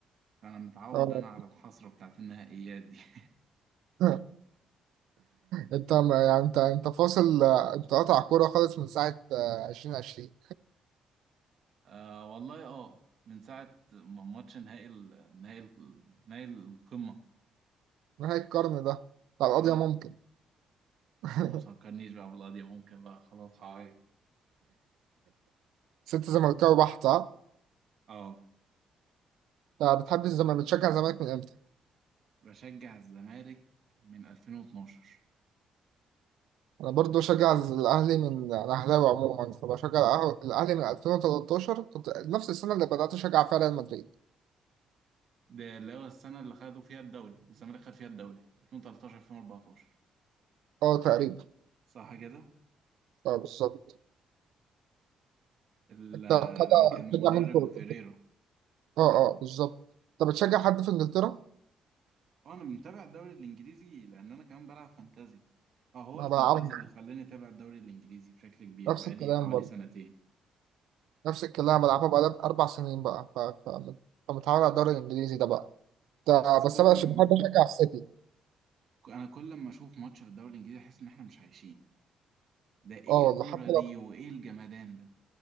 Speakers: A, on the right; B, on the right.
A: فانا متعود
B: اه.
A: انا على الحسره بتاعت النهائيات دي <laughs>
B: <laughs> انت ما- يعني انت انت فاصل آه، انت قاطع كوره خالص من ساعه آه، 2020
A: آه والله اه من ساعه م- ماتش نهائي ال- نهائي ال- نهائي القمه
B: نهايه القرن ده بتاع القضيه
A: اه
B: ممكن <laughs>
A: يا عم ما تفكرنيش بقى بالقضيه ممكن بقى خلاص هعيط
B: ست زملكاوي بحت ها
A: اه
B: انت بتحب الزمالك بتشجع الزمالك من امتى؟
A: بشجع الزمالك من 2012
B: انا برضو بشجع الاهلي من انا اهلاوي عموما فبشجع الأه- الاهلي من 2013 كنت نفس السنه اللي بدات اشجع فيها ريال مدريد
A: ده اللي هو السنه اللي خدوا فيها الدوري الزمالك خد فيها الدوري 2013 2014
B: اه تقريبا
A: صح كده
B: اه بالظبط
A: ال-
B: انت بتشجع
A: لما كان
B: بتشجع
A: المدرب
B: مين فوق؟
A: فيريرا
B: اه اه بالظبط انت بتشجع حد في انجلترا؟
A: اه انا متابع الدوري الانجليزي لان انا كمان بلعب فانتازي اه هو
B: انا
A: الفانتازي
B: بلعبها
A: اللي خلاني اتابع الدوري الانجليزي بشكل كبير
B: نفس
A: بقالي
B: الكلام
A: حوالي
B: برضو
A: سنتين
B: نفس الكلام بلعبها بقالي اربع سنين بقى ف... ف... فمتعود على الدوري الانجليزي ده بقى ده
A: بس كل
B: بس انا بش-
A: ما
B: بحب اشجع السيتي
A: انا كل ما اشوف ماتش في الدوري الانجليزي احس ان احنا مش عايشين ده ايه
B: اه
A: الكورة
B: والله حتى
A: دي
B: لو
A: وايه الجمدان ده